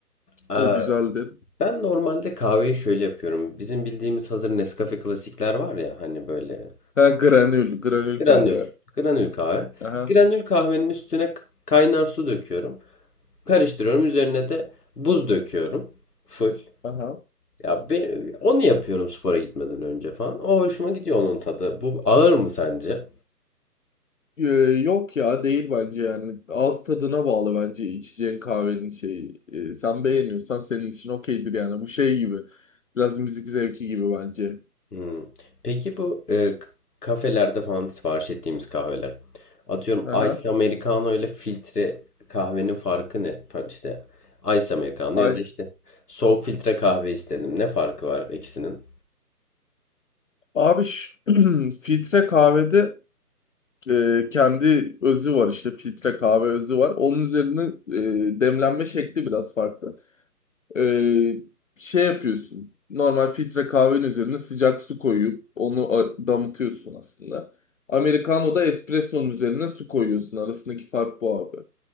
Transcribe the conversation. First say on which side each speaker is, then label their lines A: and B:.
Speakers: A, on the left; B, on the left.
A: Aa,
B: O güzeldir.
A: ben normalde kahveyi şöyle yapıyorum. Bizim bildiğimiz hazır Nescafe klasikler var ya hani böyle
B: Ha granül, granül
A: Granül.
B: kahve.
A: Granül kahve.
B: Aha.
A: Granül kahvenin üstüne k- kaynar su döküyorum. Karıştırıyorum. Üzerine de buz döküyorum. Full.
B: Aha.
A: Ya be, onu yapıyorum spora gitmeden önce falan. O hoşuma gidiyor onun tadı. Bu ağır mı sence?
B: Ee, yok ya değil bence yani. Ağız tadına bağlı bence içeceğin kahvenin şeyi. Ee, sen beğeniyorsan senin için okeydir yani. Bu şey gibi. Biraz müzik zevki gibi bence.
A: Hmm. Peki bu e, k- kafelerde falan sipariş ettiğimiz kahveler. Atıyorum
B: Aha.
A: Ice Americano ile filtre kahvenin farkı ne? Pardon, İşte Ice Americano
B: Ice.
A: ya da işte soğuk filtre kahve istedim. Ne farkı var ikisinin?
B: Abi şu- <clears throat> filtre kahvede e, kendi özü var işte. Filtre kahve özü var. Onun üzerine e, demlenme şekli biraz farklı. Ee, şey yapıyorsun. Normal filtre kahvenin üzerine sıcak su koyup onu a- damıtıyorsun aslında. Americano da espresso'nun üzerine su koyuyorsun. Arasındaki fark bu abi.